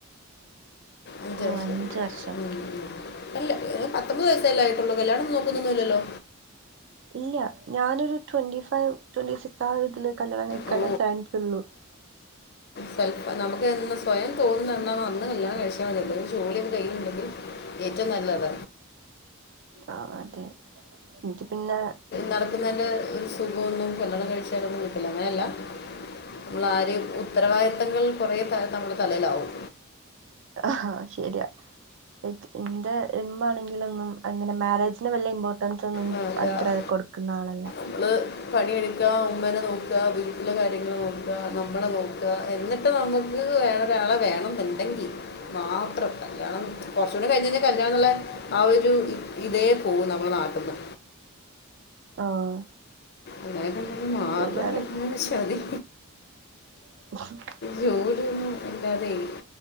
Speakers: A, on the left; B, on the right.
A: അഞ്ചർഷം
B: ഓ അഞ്ച് വർഷം
A: ഉം ഉം അല്ല പത്തൊമ്പത് വയസല്ലെ ആയിട്ടൊള്ളു കല്യാണൊന്ന് നോക്കുന്നൊന്നില്ലല്ലൊ
B: ഇല്ല ഞാനൊരു ട്വന്റി ഫൈവ് ട്വന്റി സിക്സ് ആഹ് ഒരു ഇതില് കല്യാണം കഴിക്കാന്
A: ഓ
B: ചാൻസുള്ളു
A: തൽ നമ്മുക്ക് എന്ന് സ്യയം തോന്നുന്ന് എന്നാണൊ അന്ന് കല്യാണം കഴിച്ചാ മതി ഒരു ജോലി കയ്യിയില്ണ്ടെങ്കി ഏറ്റവും നല്ലത
B: ആഹ് അത് എങ്കി പിന്നെ
A: നടക്ക്ന്നേന്റെ ഒരു സുഖവൊന്നും കല്ല്യാണം കഴിച്ചാലൊന്നും കിട്ടില്ല അങ്ങനല്ല നമ്മളാ ആരെ ഉത്തരവാദിത്തങ്ങൾ കൊറേ നമ്മളെ തലയിലാവും
B: ആഹ് ശരിയാ ക് ഇന്റെ ഇമ്മാണെങ്കിലൊന്നും അങ്ങനെ മാരേജിന് വല്ല്യ ഇമ്പോർ അങൻതൊന്നും
A: ആ, എല്ലാ
B: അത്ര കൊട്ക്ക്ന്ന ആളല്ല
A: നമ്മൾ പണിയെട്ക്ക ഉമ്മേനെ നോക്ക വീട്ട്ലെ കാര്യങ്ങള് നോക്ക നമ്മളെ നോക്ക ഇപ്പോ എന്നിട്ട് നമ്മക്ക് വേറൊരാളെ വേണന്ന്ണ്ടെങ്കി മാത്രം കല്യാണം കൊറ്ച്ചൂടി കഴിഞ്ഞഴിഞ്ഞാ കല്യാണന്ന്ള്ള ആഹ് ഒരു ഇ ഇതേ പോവും നമ്മടെ നാട്ടിന്ന്.
B: ആഹ്
A: അതായത് മാത്രം
B: ശരിയാണ്
A: വക്കുന്ന ശതി
B: <inaudible>
A: ജോലിയൊന്നും ഇല്ലാതെയ്